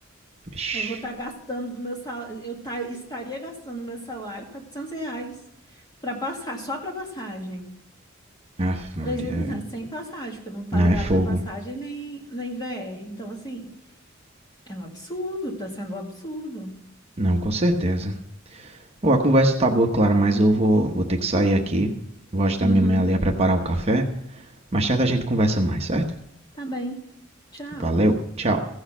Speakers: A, on the right; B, on the left.
A: Ixi,
B: Eu vou estar gastando do meu salário, eu tá- estaria gastando do meu salário 400 reais para passar, só para passagem.
A: Aff, Maria,
B: três mil e
A: é.
B: duzentos sem passagem, porque eu não pagava
A: Não, é fogo.
B: nem passagem nem, nem VR. Então, assim, é um absurdo, tá sendo um absurdo.
A: Não, com certeza. Ô, a conversa tá boa, claro, mas eu vou, vou ter que sair aqui. Vou ajudar
B: Uhum,
A: minha mãe ali a preparar o café. Mais tarde a gente conversa mais, certo?
B: tá bem. Tchau.
A: Valeu, tchau.